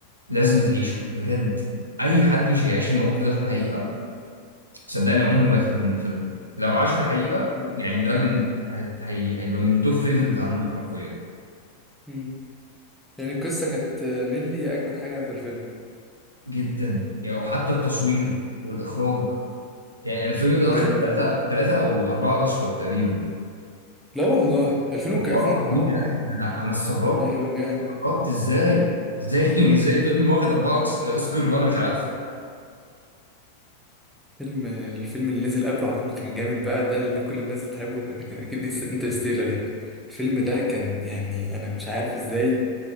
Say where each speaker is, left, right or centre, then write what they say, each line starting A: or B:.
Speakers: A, on the right; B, in the centre.
A: لازم تعيشه بجد اي حد مش هيعيش الموقف ده في الحقيقه صدقني عمره ما يفهم من الفيلم لو عاشه في الحقيقه
B: مم.
A: يعني ده من هت- هي هيبقى من توب فيفرت عنده حرفيا
B: مم. يعني القصة كانت ملي يا اجمد حاجة في الفيلم
A: جدا يعني او حتى التصوير والاخراج يعني الفيلم ده
B: جامد
A: واخد ثلاثه
B: والله
A: ثلاثه او اربعه اوسكار تقريبا
B: لا والله 2000
A: والله
B: وك 2000
A: العظيم
B: اه
A: يا أخي انا انا استغربت
B: ايوه جامد
A: ربط ازاي ازاي <laughs> ازاي فيلم واخد اربعة أوكس- اوسكار وانا مش عارفه
B: فيلم الفيلم اللي نزل قبله على طول كان جامد بقى ده اللي كل الناس بتحبه كان كان اكيد انترستيلر يعني الفيلم ده كان يعني انا مش عارف ازاي